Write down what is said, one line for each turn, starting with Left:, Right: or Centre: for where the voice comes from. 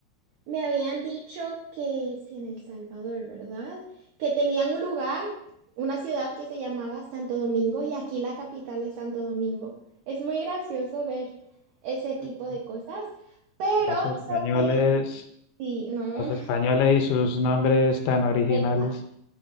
Right: me habían dicho que, sí, en El Salvador, ¿verdad? Que tenían un lugar, una ciudad que se llamaba Santo Domingo y aquí la capital es Santo Domingo. Es muy gracioso ver ese tipo
Left: <laughs>
Right: de cosas, pero
Left: los españoles
Right: sobre, sí, no.
Left: los españoles y sus nombres tan originales.
Right: <laughs>